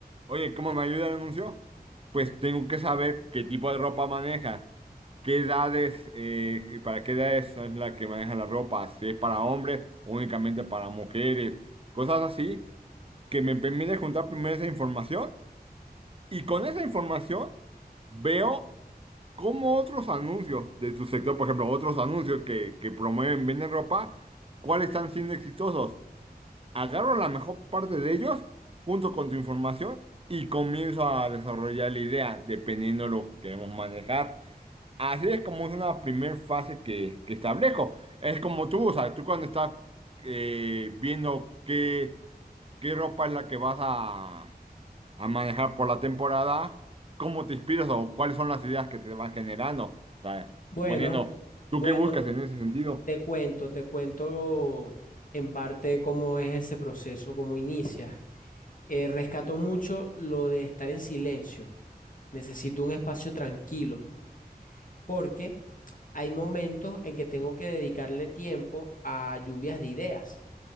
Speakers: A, on the right; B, on the left.
A: oye, ¿cómo me ayuda el anuncio? Pues tengo que saber qué tipo de ropa manejas, ¿Qué edades, eh, para qué edades es la que maneja la ropa? Si es para hombres o únicamente para mujeres, cosas así que me permite juntar primero esa información y con esa información veo cómo otros anuncios de tu sector, por ejemplo, otros anuncios que, que promueven, venden ropa, cuáles están siendo exitosos. Agarro la mejor parte de ellos junto con tu información y comienzo a desarrollar la idea dependiendo de lo que queremos manejar. Así es como es una primera fase que, que establezco. Es como tú, o sea, tú cuando estás eh, viendo qué, qué ropa es la que vas a, a manejar por la temporada, cómo te inspiras o cuáles son las ideas que te van generando. O sea,
B: Bueno,
A: suponiendo, ¿tú
B: bueno.
A: qué buscas en ese sentido?
B: Te cuento, te cuento en parte cómo es ese proceso, cómo inicia. Eh, rescato mucho lo de estar en silencio. Necesito un espacio tranquilo porque hay momentos en que tengo que dedicarle tiempo a lluvias de ideas.